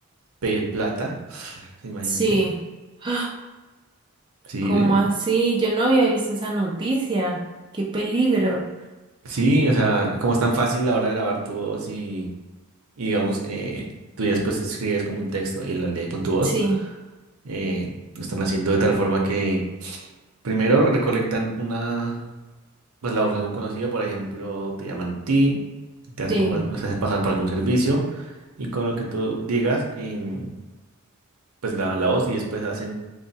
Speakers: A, on the right; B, on the right.
A: pedir plata, <laughs> imagínate.
B: sí. ¡Ah!
A: Sí,
B: ¿Cómo así? Yo no había visto esa noticia. ¡Qué peligro!
A: Sí, o sea, como es tan fácil ahora grabar tu voz y, y digamos, eh, tú ya después escribes como un texto y la lees con tu voz,
B: Sí,
A: eh, lo están haciendo de tal forma que primero recolectan una, pues la voz de algún conocido, por ejemplo, te llaman a ti, te hacen
B: sí,
A: como, una- se hacen pasar por algún servicio y con lo que tú digas, em, pues graban la voz y después hacen